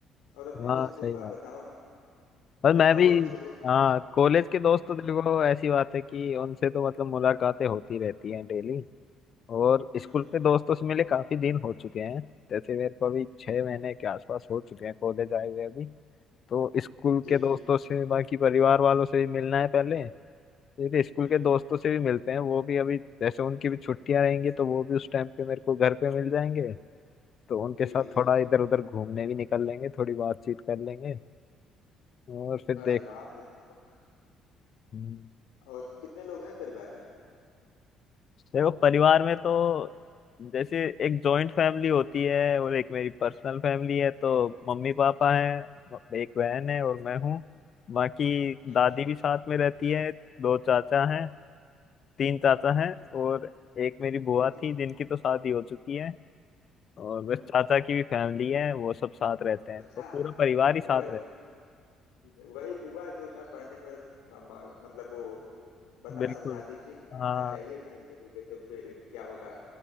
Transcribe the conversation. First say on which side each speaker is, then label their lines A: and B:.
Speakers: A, on the left; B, on the left.
A: और अपने
B: हम
A: दोस्तों
B: हाँ सही
A: का
B: बात
A: बताओ
B: और
A: क्या
B: मैं
A: कॉलेज
B: भी
A: के दोस्त
B: हाँ कॉलेज के दोस्त
A: कनेक्शन
B: तो देखो
A: में
B: ऐसी बात है कि उनसे तो मतलब मुलाकातें होती रहती हैं डेली और
A: हम्म
B: स्कूल के दोस्तों से मिले काफी दिन हो चुके हैं जैसे मेरे को अभी छह
A: हम्म हम्म,
B: महीने के आसपास हो चुके हैं कॉलेज आए हुए अभी तो स्कूल
A: जी
B: के दोस्तों
A: जी
B: से बाकी परिवार वालों से भी मिलना है पहले फिर स्कूल
A: हम्म
B: के दोस्तों
A: हम्म
B: से भी मिलते हैं वो भी अभी जैसे उनकी भी छुट्टियां रहेंगी तो वो भी उस टाइम पे मेरे को घर पे मिल जाएंगे तो उनके
A: जी
B: साथ
A: जी
B: थोड़ा इधर उधर घूमने भी निकल लेंगे थोड़ी बातचीत कर लेंगे और फिर
A: अरे
B: देख
A: वाह यह तो बहुत-
B: हम्म,
A: और कितने लोग हैं परिवार में
B: देखो परिवार में तो जैसे एक जॉइंट फैमिली होती है और एक मेरी पर्सनल फैमिली है तो मम्मी पापा हैं एक बहन है और
A: हम्म
B: मैं हूँ बाकी
A: हम्म
B: दादी
A: हम्म,
B: भी साथ में रहती है दो चाचा हैं तीन चाचा हैं और एक मेरी बुआ
A: जी जी
B: थी जिनकी तो शादी हो चुकी है और बस
A: हम्म हम्म,
B: चाचा की भी फैमिली है वो सब साथ रहते हैं
A: अच्छा
B: तो पूरा
A: अच्छा
B: परिवार ही साथ
A: वह
B: रहता
A: जी, जी, वही बुआ जो न पढ़ने पर म- म- मतलब वो बता
B: है बिल्कुल
A: समझाती थी कि पढ़ना
B: हाँ
A: चाहिए नहीं पढ़ोगे तो फिर क्या होगा